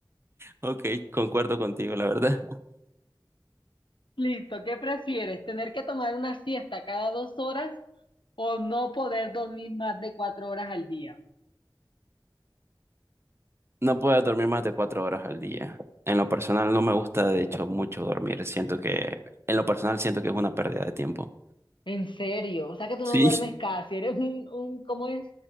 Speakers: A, on the right; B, on the left.
A: Ok, concuerdo contigo, la verdad.
B: Listo, ¿qué prefieres? ¿Tener que tomar una siesta cada dos horas O no poder dormir más de cuatro horas al día.
A: No puedo dormir más de cuatro horas al día. En lo personal no me gusta, de hecho, mucho dormir. Siento que, en lo personal siento que es una pérdida de tiempo.
B: En serio, o sea que tú
A: Sí,
B: no duermes casi, eres un, un ¿cómo es?